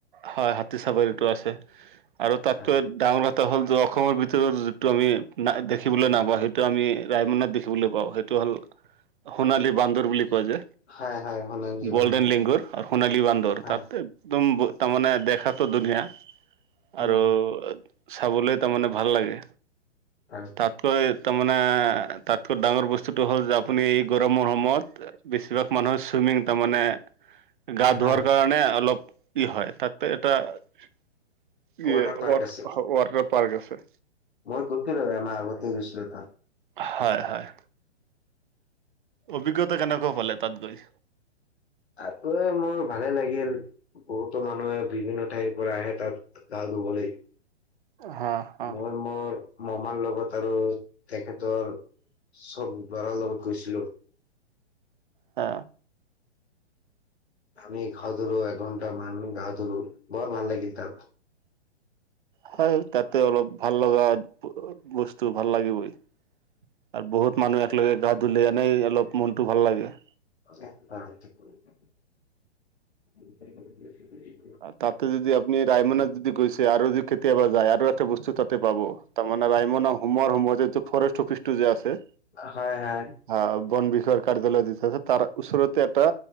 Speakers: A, on the right (about 45°); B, on the left (about 65°).
A: হয় হাতী চাবলেটো আছে, আৰু তাতকে
B: হয়
A: ডাঙৰ ভা- ত হ'ল অসমৰ ভিতৰত যিটো আমি দেখিবলে নপাওঁ সেইটো আমি ৰায়মনাত দে- বলে পাওঁ সেইটো হ'ল- সোণালী বান্দৰ বুলি যে,
B: হয় হয় সোণালী জীৱন্ত
A: গ'ল্ডেন লেংগুৰ আৰু সোণালী বান্দৰ
B: হয়
A: তাত- একদম তা-মানে দেখাতো ধুনীয়া, আৰু
B: উম
A: চাবলে তামানে ভাল লাগে,
B: হয়
A: তাত- কৈ তামানে তাতকৈ ডাঙৰ বস্তুটো হ'ল যে আপুনি এই গৰমৰ সময়ত বেছিভাগ মানুহৰ চুইমিং তাৰমানে গা ধোৱাৰ
B: হয়
A: কাৰণে অলপ কি হয় তাতে এটা ই
B: ৱাটাৰ পাৰ্ক
A: ৱাট
B: আছে
A: ৱাটাৰ পাৰ্ক আছে।
B: মই গৈছিলো এমাহ আগতে গৈছিলোঁ তাত
A: হয় হয় অভিজ্ঞতা কেনেকুৱা পালে তাত গৈ
B: তাতে মোৰ ভালে লাগিল বহুতো মানুহে বিভিন্ন ঠাইৰ পৰা আহে তাত গা ধূবলৈ
A: হা হা
B: মই মোৰ মামাৰ লগত আৰু তেখেতৰ চব বাৰাৰ লগত গৈছিলো
A: অ
B: আমি গা ধূলো এক ঘণ্টা মান গা ধূলো বৰ ভাল লাগিল তাত
A: হয় তাতে অলপ ভাল লগা বস্তু ভাল লাগিবই। আৰু বহুত মানুহ একেলগে গা ধুলেই এনেই অলপ মনটো ভাল লাগে।
B: <unintelligible>
A: তাতে যদি আপুনি ৰায়মনত যদি গৈছে আৰু যদি কেতিয়াবা যায় আৰু এটা বস্তু তাতে পাব তাৰমানে ৰাইমন হোমৰ হোমৰ ফৰেষ্ট অফিচ টো যে আছে
B: হয় হয়
A: আহ বন বিষয়াৰ কাৰ্যালয় দি থৈছে তাৰ ওচৰতে। এটা